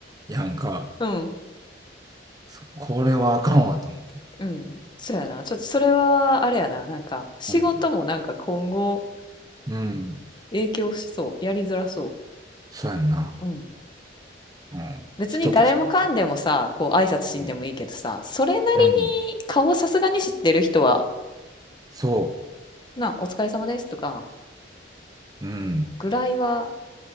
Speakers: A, on the right (about 20°); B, on the left (about 25°).
A: やんか、
B: うん、
A: そこれはあかんわと思って。
B: うん。そうやな。ちょっとそれは、あれやな。なんか、仕事もなんか今後
A: うん。うん。
B: 影響しそう。やりづらそ
A: そうやんな。
B: う。うん。
A: うん。
B: 別に誰もかんでもさ、
A: 人としてはあかん。
B: こう挨拶しんでもいいけどさ、
A: うん。
B: それなりに顔さすがに知ってる人は、
A: うん。そ
B: な、お疲れ様ですとか、
A: う。うん。
B: ぐらいは